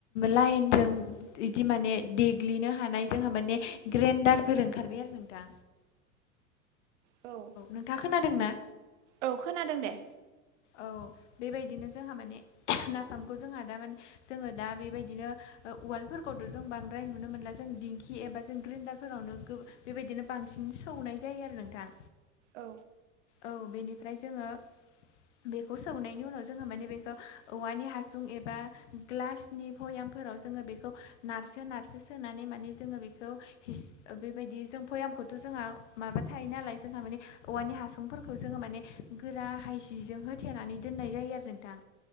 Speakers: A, on the left (about 55°); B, on the right (about 55°).
A: लाइनजों इदि माने देग्लिनो हानाय जोंहा माने ग्रेन्डारफोर ओंखारबाय आरो नोंथां
B: औ
A: नोंथाङा खोनादों ना?
B: औ खोनादों दे
A: औ बेबायदिनो जोंहा माने <unintelligible> नाफामखौ जोंहा दा माने जोङो दा बेबायदिनो ओ उवालफोरखौथ' जों बांद्राय नुनो मोनला जों दि खि एबा जों ग्रेन्डारफोरावनो गो बेबायदिनो बांसिन सौनाय जायो आरो नोंथां
B: औ
A: औ बेनिफ्राय जोङो बेखौ सौनायनि उनाव जोङो माने बेखौ औवानि हासुं एबा ग्लास नि भयामफोराव जोङो बेखौ नारसो नारसो सोनानै माने जोङो बेखौ हिस बेबायदि जों भयामखौथ' जोंहा माबा थायो नालाय जोंहा माने औवानि हासुं सुंफोरखौ जोङो माने गोरा हायजिजों होथेनानै दोननाय जायो आरो नोंथां